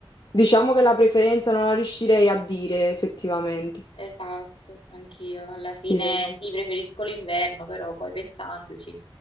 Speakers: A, on the left; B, on the left.
A: diciamo che la preferenza non la riuscirei a dire effettivamente.
B: esatto, anch'io, alla fine
A: Sì, secondo
B: sì,
A: me.
B: preferisco l'inverno, però poi pensandoci.